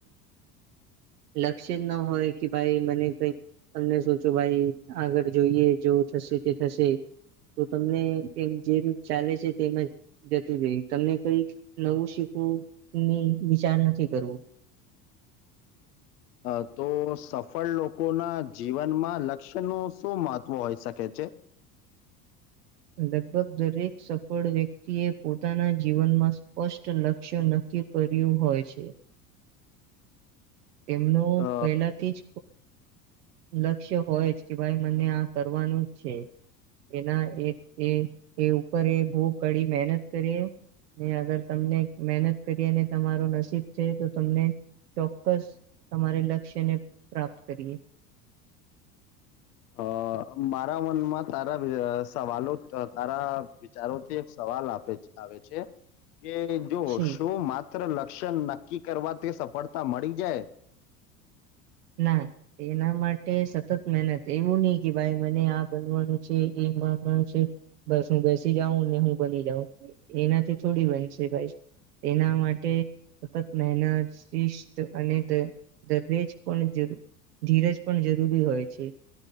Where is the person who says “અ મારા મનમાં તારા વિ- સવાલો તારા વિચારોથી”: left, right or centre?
Left